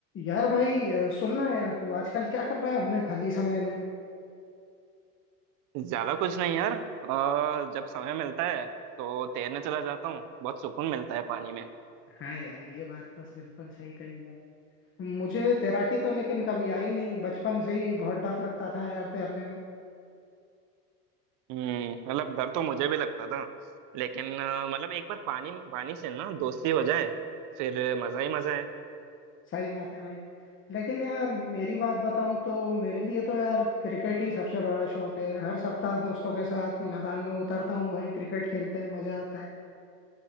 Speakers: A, on the left; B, on the right.
A: यार भाई अ, सुनना है यार तू आजकल क्या कर रहा है अपने खाली समय में
B: ज्यादा कुछ नहीं यार अ, जब समय मिलता है तो तैरने चला जाता हूँ बहुत सुकून मिलता है पानी में
A: हाँ यार ये बात तो बिल्कुल सही कही यार मुझे तैराकी तो लेकिन कभी आई नहीं बचपन से ही बहुत डर लगता था यार तैरने में
B: हम्म मतलब डर तो मुझे भी लगता था लेकिन अ, मतलब एक बार पानी पानी से ना दोस्ती हो जाए फिर मजा ही मजा है
A: सही बात है भाई लेकिन यार मेरी बात बताऊं तो मेरे लिए तो यार क्रिकेट ही सबसे बड़ा शौक है हर सप्ताह दोस्तों के साथ मैदान में उतरता हूँ भाई क्रिकेट खेलते हैं मजा आता है